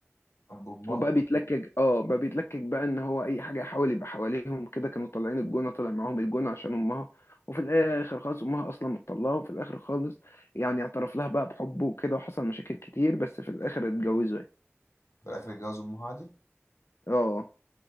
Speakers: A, on the left; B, on the left.
A: طب وأمها؟
B: وبقى بيتلكك اه بقى بيتلكك بقى ان هو اي حاجه يحاول يبقى حواليهم كده كانوا طالعين الجونه طالع معاهم الجونه عشان امها وفي الاخر خالص امها اصلا مطلعه وفي الاخر خالص يعني اعترف لها بقى بحبه وكده وحصل مشاكل كتير بس في الاخر اتجوزوا يعني
A: في الاخر اتجوز امها دي
B: اه